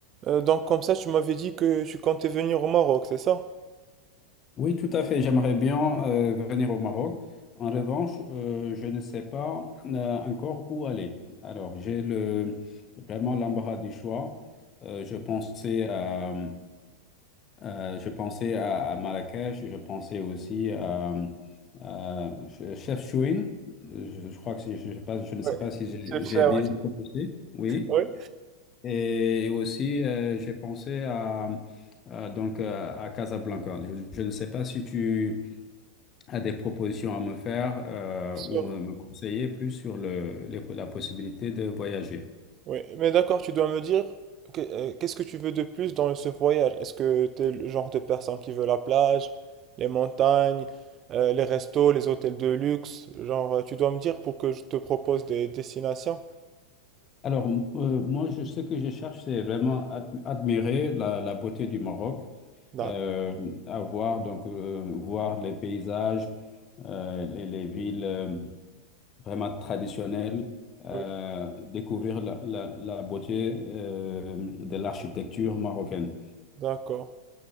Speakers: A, on the right; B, on the left.
A: Euh, donc comme ça, tu m'avais dit que tu comptais venir au Maroc, c'est ça?
B: Oui, tout à fait. J'aimerais bien euh, venir au Maroc. En revanche, euh, je ne sais pas euh, encore où aller. Alors, j'ai le, vraiment l'embarras des choix. Euh, je pensais à, euh, je pensais à, à Marrakech. Je pensais aussi à, à Chefchaouen. Je, je crois que si- je, sais pas, je ne sais
A: Oui,
B: pas si j'ai
A: c'est ça,
B: j'ai bien
A: oui.
B: proposé. Oui.
A: Oui,
B: Et, aussi, euh, j'ai pensé à, à- donc euh, à Casablanca. Je, je ne sais pas si tu a des propositions à me faire euh,
A: c'est sûr.
B: ou me, me conseiller plus sur le, les- la possibilité de voyager.
A: Oui, mais d'accord, tu dois me dire que- euh, qu'est-ce que tu veux de plus dans ce voyage? Est-ce que tu es le genre de personne qui veut la plage, les montagnes, euh, les restos, les hôtels de luxe? Genre, euh, tu dois me dire pour que je te propose des destinations.
B: Alors, m- euh, moi, je, ce que je cherche, c'est vraiment ad- admirer la, la beauté du Maroc,
A: D'accord.
B: euh, avoir, donc, euh, voir les paysages, euh, les, les villes euh, vraiment traditionnelles, euh,
A: Oui,
B: découvrir la, la- la beauté euh, de l'architecture marocaine.
A: d'accord.